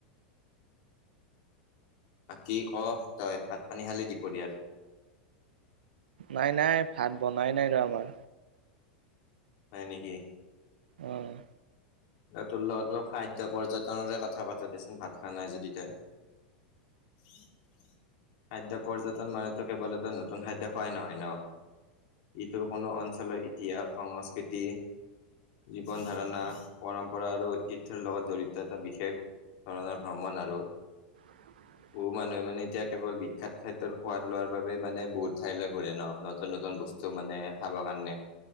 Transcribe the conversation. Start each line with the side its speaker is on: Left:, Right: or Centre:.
Left: বাকী ক তই ভাত পানী খালি দিপৰীয়াৰ?
Right: নাই নাই ভাত বনাই নাই ৰ আমাৰ
Left: হয় নেকি?
Right: অহ
Left: তোৰ লগত খাদ্য পৰ্যটনেৰে কথা পাতো দে চোন ভাত খোৱা নাই যদি তই <inaudible> খাদ্য পৰ্যটন মানুহেতো কেৱল এটা নতুন খাদ্য খোৱাই নহয় ন ইটো কোনো অঞ্চলৰ ইতিহাস সংস্কৃতি জীৱন ধাৰণা পৰম্পৰা আৰু ঐতিহ্যৰ লগত জড়িত এটা বিশেষ ধৰণৰ ভ্ৰমণ আৰু
Right: <inaudible>
Left: বহু মানুহে মানে এতিয়া কেৱল বিখ্যাত খাদ্যৰ সোৱাদ লোৱাৰ বাবে মানে বহুত ঠাইলৈ ঘৰে নতুন নতুন বস্ত- বস্তু মানে খাবৰ কাৰণে।